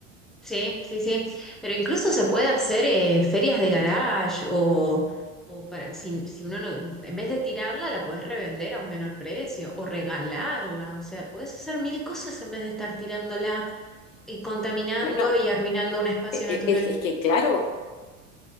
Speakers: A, in the centre; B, on the left.
A: Sí, sí, sí. Pero incluso se puede hacer eh, ferias de garage o, o para, si, si uno no, en vez de tirarla, la podés revender a un menor precio o regalarla. O sea, podés hacer mil cosas en vez de estar tirándola y contaminando
B: Bueno,
A: y arruinando un espacio
B: e-
A: natural.
B: e- es, es que claro,